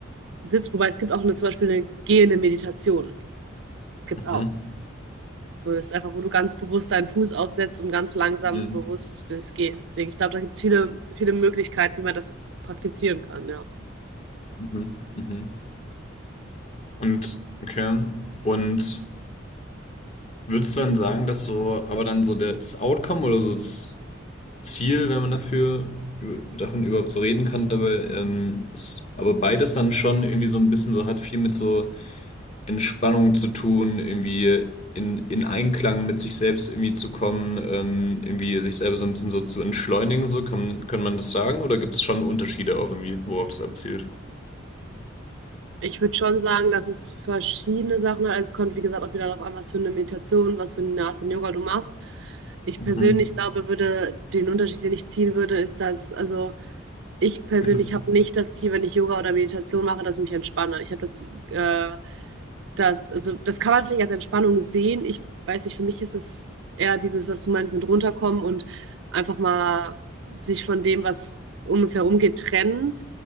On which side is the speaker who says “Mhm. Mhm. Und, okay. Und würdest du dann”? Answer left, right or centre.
Left